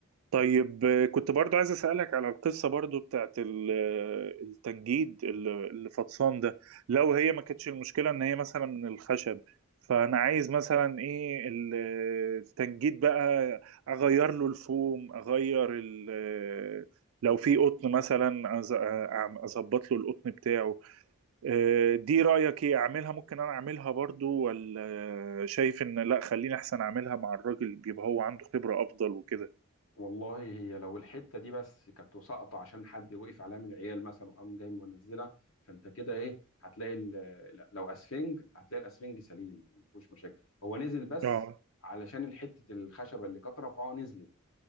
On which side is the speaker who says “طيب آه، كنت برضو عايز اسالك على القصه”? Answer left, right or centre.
Right